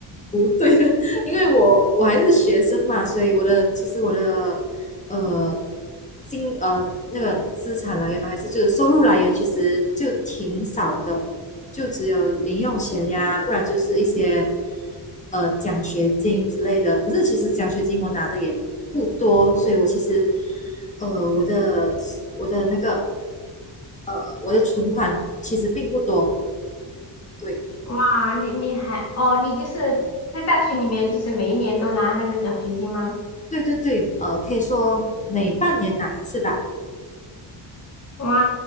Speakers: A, on the left; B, on the left.
A: 不对了，<laughs> 因为我我还是学生嘛，所以我的其实我的呃金呃那个资产来源嘛，还是就是收入来源其实就挺少的，就只有零用钱呀，不然就是一些呃奖学金之类的。可是其实奖学金我拿的也不多，所以我其实呃我的我的那个呃我的存款其实并不多，对。
B: 啊，你你还哦，你就是在大学里面，就是每一年都拿那个奖学金吗？
A: 对对对，呃，可以说每半年拿一次吧，
B: 哇